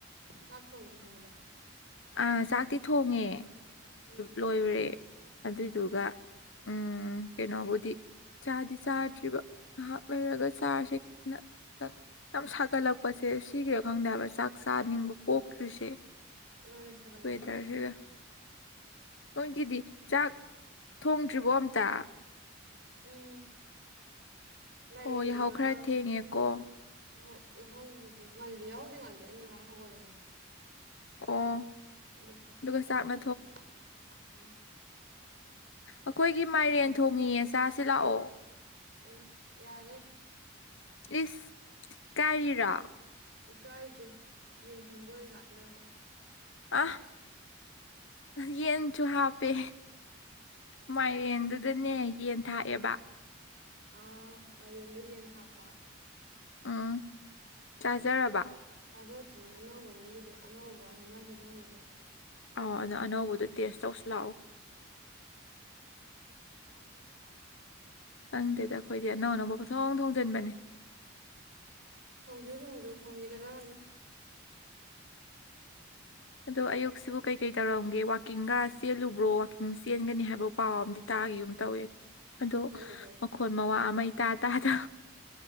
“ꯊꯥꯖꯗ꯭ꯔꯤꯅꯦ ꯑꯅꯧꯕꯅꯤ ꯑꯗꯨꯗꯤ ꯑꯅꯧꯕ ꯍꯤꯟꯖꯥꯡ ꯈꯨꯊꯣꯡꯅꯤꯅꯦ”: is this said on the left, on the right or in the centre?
Right